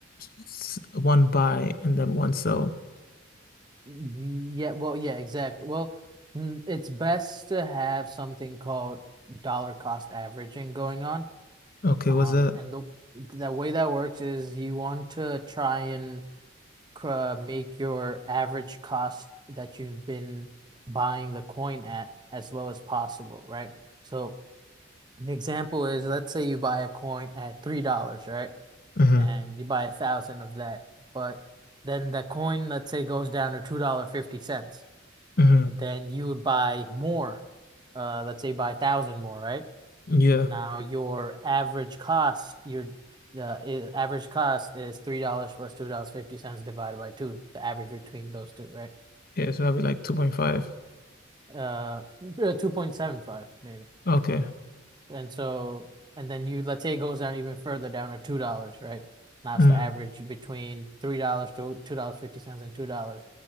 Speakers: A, on the left; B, on the right.
A: s- one buy and then one sell.
B: <laughs> yeah, well, yeah, exactly. Well, mm, it's best to have something called dollar cost averaging going on
A: Okay,
B: Um,
A: what's that?
B: and the the way that works is you want to try and uh make your average cost that you've been buying the coin at as low as possible, right? So an example is let's say you buy a coin at three dollars, right?
A: hmm
B: And you buy a thousand of that, but then the coin, let's say, goes down to two dollar fifty cents.
A: hmm
B: Then you would buy more. Uh, let's say you buy a thousand more, right?
A: Yeah.
B: Now your average cost, your uh, i- average cost is three dollars plus two dollars fifty cents divided by two, the average between those two, right?
A: Yeah, so that'd be like 2.5.
B: Uh, uh, two point seven five maybe.
A: Okay.
B: Yeah. And so, and then you, let's say it goes down even further down to $2, right? Now it's
A: Mm,
B: the average between $3 to $2.50 and fifty cents and $2.